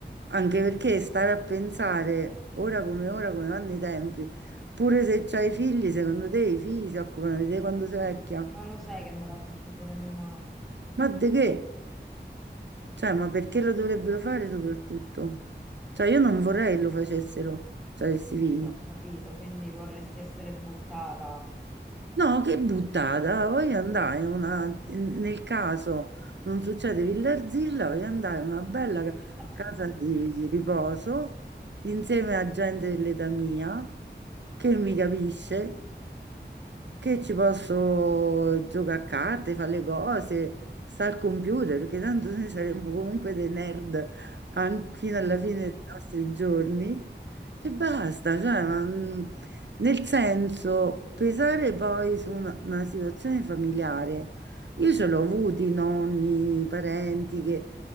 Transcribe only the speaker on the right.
anche perché stare a pensare ora come ora, come vanno i tempi, pure se c'hai figli, secondo te i figli si occupano di te quando sei vecchia?
Ma di che? Cioè, ma perché lo dovrebbero fare soprattutto? Cioè, io non vorrei che lo facessero, cioè, questi figli.
No, che buttata, voglio andare in una, in- nel caso non succede Villarzilla, voglio andare in una bella ca-
casa
di di riposo insieme a gente dell'età mia che mi capisce, che ci posso giocare a carte, fare le cose, stare al computer, perché tanto noi saremo comunque dei nerd an- fino alla
fine dei nostri giorni e basta, cioè, ma... Nel senso, pesare poi su una, una situazione familiare. Io ce l'ho avuti nonni, parenti che,